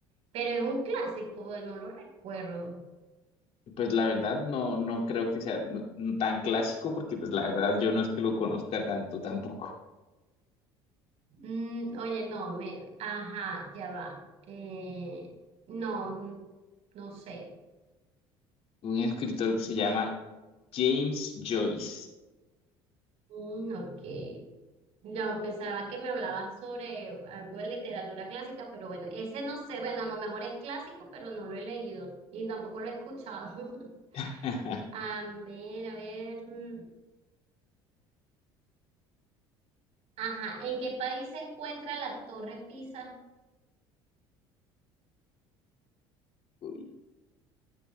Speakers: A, on the right; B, on the left.
A: pero es un clásico, bueno, no lo recuerdo.
B: pues la verdad no, no creo que sea no, tan clásico porque pues la verdad yo no es que lo conozca tanto tampoco.
A: Mm, oye, no, me, ajá, ya va. Eh, no, no sé.
B: un escritor que se
A: No
B: llama
A: sé.
B: James Joyce.
A: Mm, ok. No, pensaba que me hablabas sobre algo de literatura clásica, pero bueno, ese no sé, bueno, a lo mejor es clásico, pero no lo he leído y tampoco lo he escuchado. <laughs>
B: <laughs>
A: A ver, a ver. mm, Ajá, ¿en qué país se encuentra la Torre Pisa?
B: Uy,